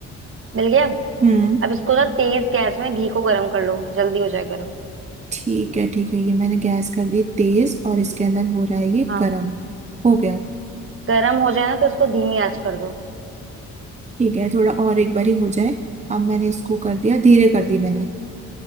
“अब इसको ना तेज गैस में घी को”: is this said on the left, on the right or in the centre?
Right